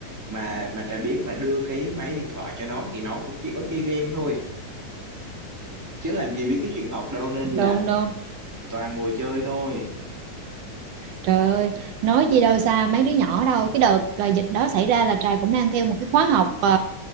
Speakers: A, in the centre; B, on the right.
A: mà mà Trà biết mà đưa cái máy điện thoại cho nó thì nó cũng chỉ có chơi game thôi chứ làm gì biết cái chuyện học đâu nên
B: đúng
A: là
B: đúng
A: toàn ngồi chơi thôi
B: Trời ơi, nói gì đâu xa mấy đứa nhỏ đâu. Cái đợt à, dịch đó xảy ra là Trà cũng đang theo một cái khóa học à,